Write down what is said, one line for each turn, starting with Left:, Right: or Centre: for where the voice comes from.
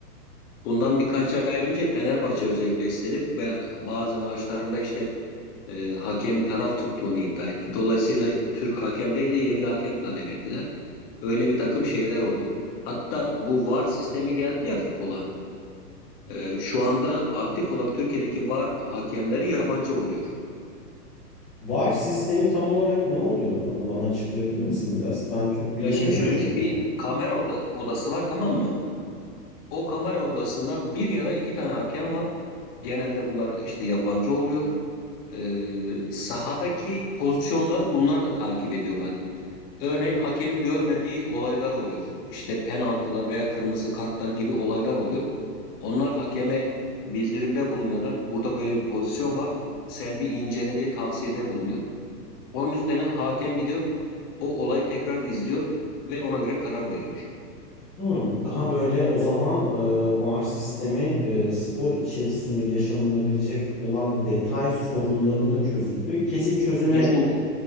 Left: bundan birkaç ay önce Fenerbahçe özellikle istedi ve bazı maçlarında işte e, hakemin taraf tuttuğunu iddia etti. Dolayısıyla Türk hakem değil yerli hakem talep ettiler. Öyle bir takım şeyler oldu. Hatta bu VAR sistemi geldi ya futbola. E, şu anda aktif olarak Türkiye'deki VAR hakemleri yabancı oluyor.
Centre: VAR sistemi tam olarak ne oluyordu abi? Bana açıklayabilir misin biraz? Ben çok bilemiyorum
Left: Ya şimdi şöyle
Centre: çünkü
Left: bir şey. Bir
Centre: onu.
Left: kamera oda- odası var tamam mı? O kamera odasında bir ya da iki tane hakem var. Genelde bunlar işte yabancı oluyor. E, sahadaki pozisyonları bunlar da takip ediyorlar. Örneğin hakemin görmediği olaylar oluyor. İşte penaltılar veya kırmızı kartlar gibi olaylar oluyor. Onlar hakeme bildirimde bulunuyorlar. Burada böyle bir pozisyon var. Sen bir incele diye tavsiyede bulunuyor. Onun üstüne hakem gidiyor. O olayı tekrar izliyor ve ona göre karar veriyor.
Centre: Hmm, daha böyle o zaman e, VAR sistemi e, spor içerisinde yaşanılabilecek olan detay sorunlarını da çözüldü. Kesin çözüme
Left: Kesinlikle.